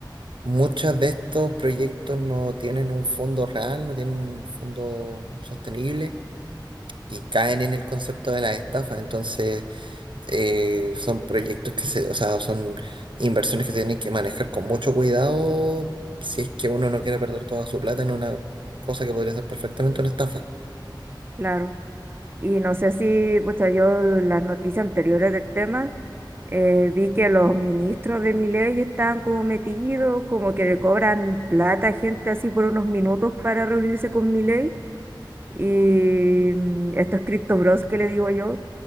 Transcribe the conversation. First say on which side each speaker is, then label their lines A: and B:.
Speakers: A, on the right (about 75°); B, on the right (about 25°).
A: muchos de estos proyectos no tienen un fondo real, no tienen un fondo sostenible y caen en el concepto de la estafa. Entonces eh, son proyectos que se, o sea, son inversiones que se tienen que manejar con mucho cuidado si es que uno no quiere perder toda su plata en una cosa que podría ser perfectamente una estafa.
B: claro. Y no sé si, pues yo las noticias anteriores del tema, eh, vi que los ministros de Milei estaban como metidos, como que le cobran plata a gente así por unos minutos para reunirse con Milei. Y mm, estos cripto bros que le digo yo,